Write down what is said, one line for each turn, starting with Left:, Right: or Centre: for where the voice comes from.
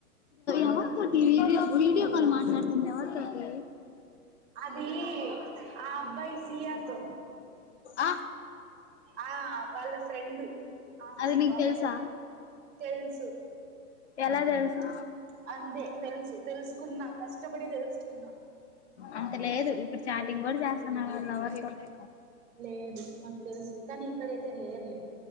Left: ఎవరితోటి వీడియో వీడియో కాల్ మాట్లాడుతుంది ఎవరితోటి
Right: అది ఆ అబ్బాయి సియాతో
Left: ఆ
Right: ఆ వాళ్ళ ఫ్రెండు ఆ ఆమ్మాయి
Left: అది నీకు
Right: అమ్మాయి
Left: తెలుసా
Right: వాళ తెలుసు
Left: ఎలా తెలుసు
Right: ఆ అంతే తెలుసు తెలుసుకున్నా కష్టపడి తెలుసుకున్నా
Left: అంత లేదు ఇప్పుడు చాటింగ్ కూడా చేస్తున్నారు వాళ్ళు లవర్ తోటి
Right: లేదు మాకు తెలుసు కానీ ఇక్కడైతే లేర్లే